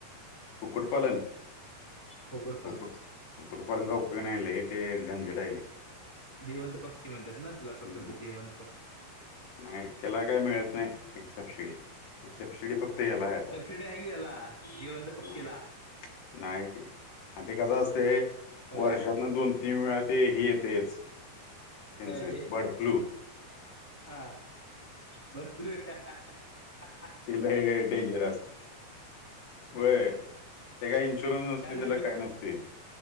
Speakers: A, on the left; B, in the centre.
A: कुक्कुटपालन
B: पोकड पालन
A: कुक्कुट कुक्कुटपालन काय उपयोग नाही लय ते झंझट हाय लई
B: जिवंत पक्षी म्हणात ना तिला प्रकल्प
A: हम्म
B: जीवंत पक्षी
A: नाही त्याला काय मिळत नाही ती सबसिडी एक सबसिडी फक्त याला आहे <unintelligible> आता
B: सबसिडी आहे की त्याला जिवंत पक्षीला
A: नाही नाही ती आणि ते कसं असतयं
B: होय
A: वर्षातनं दोन तीन वेळा ते हे येतयच त्यांचं
B: काय ते
A: बर्ड फ्लू
B: हा बर्ड फ्ल्यू <unintelligible>
A: ते लई डेंजर असतंय होय ते काय इन्शुरन्स
B: काल
A: नसतोय त्याला
B: व्हिडिओ
A: काय नसतोय